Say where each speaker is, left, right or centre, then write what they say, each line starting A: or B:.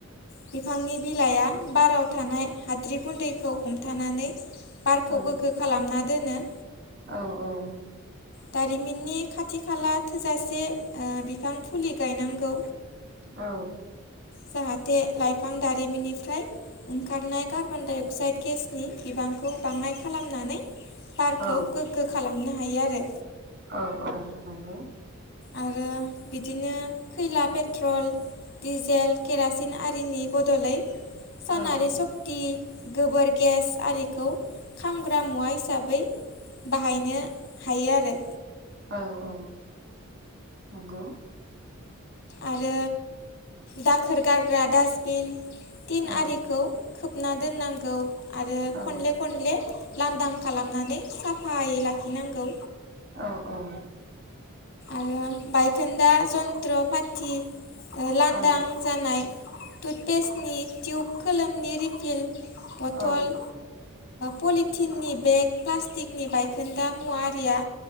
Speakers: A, on the left (about 65°); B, on the right (about 55°).
A: बिफांनि बिलाइआ बाराव थानाय हाद्रि गुन्दैखौ हमथानानै बारखौ
B: औ
A: गोग्गो खालामना दोनो
B: औ औ
A: दारिमिननि खाथि खाला थोजासे ओ बिफां फुलि गायनांगौ
B: औ
A: जाहाथे लाइफां दारिमिननिफ्राय ओंखारनाय कार्बन डाइ अक्साइड गेसनि बिबां खौ बाङाय खालामनानै बारखौ
B: औ
A: गोग्गो खालामनो हायो आरो
B: औ औ नंगौ
A: आरो बिदिनो खैला पेट्रल दिडिजेल केरासिन आरिनि बदलै
B: औ
A: सनारि सशक्ति गोबोर गेस आरि खौ खामग्रा
B: औ
A: मुवा हिसाबै बाहायनो हायो आरो
B: औ औ नंगौ
A: आरो दाखोर गारग्रा डासटबिन तिन
B: औ
A: आरिखौ खोब ना दोननांगौ आरो
B: औ
A: खनले खनले लांदां खालामनानै साफायै लाखिनांगौ।
B: औ औ।
A: आरो बायखोन्दा जन्थ्र पाथि लांदां
B: औ
A: जानाय टुथपेस्टनि टिुब खोलोमनि रिपिल पथल
B: औ
A: पलिटिननि बेग प्लास्टिकनि बायखोन्दा मुवारिया